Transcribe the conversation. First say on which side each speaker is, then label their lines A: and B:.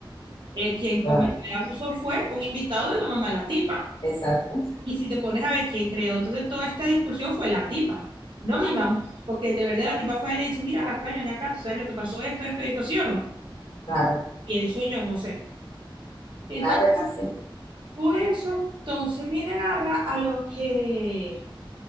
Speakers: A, on the right (about 60°); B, on the left (about 80°).
A: eh, quien
B: claro,
A: cometió el abuso fue un invitado de la mamá de la tipa.
B: exacto,
A: Y si te pones a ver quién creó, entonces toda esta discusión fue la tipa, no
B: exacto,
A: mi mamá, porque el deber de la tipa fue, le dicho, mira, Rafael, ven acá, tú sabes lo que pasó, esto, esto y esto, ¿sí o no?
B: claro,
A: Pienso yo, no sé. Entonces,
B: claro, es así.
A: por eso, entonces viene agarra a los que